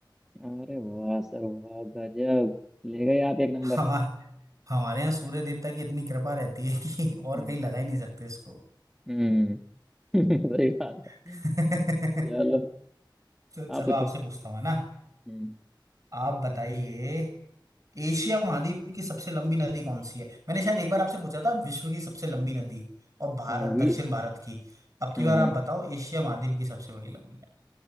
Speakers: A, in the centre; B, on the right.
A: अरे वाह सर वाह गजब ले गए आप एक नंबर
B: हमारे हमारे यहाँ सूर्य देवता की इतनी कृपा रहती है कि और
A: हम्म
B: कहीं लगा ही नहीं सकते इसको
A: हम्म <laughs> सही बात
B: <laughs>
A: है चलो
B: तो
A: आप
B: चलो
A: पूछो
B: आपसे पूछता हूँ है ना
A: हम्म
B: आप बताइए एशिया महाद्वीप की सबसे लंबी नदी कौन सी है मैंने शायद एक बार आपसे पूछा था विश्व की सबसे लंबी नदी और भारत
A: हाँ भी
B: दक्षिण भारत की अब की
A: हम्म
B: बार आप
A: हम्म
B: बताओ एशिया महाद्वीप की सबसे बड़ी लंबी नदी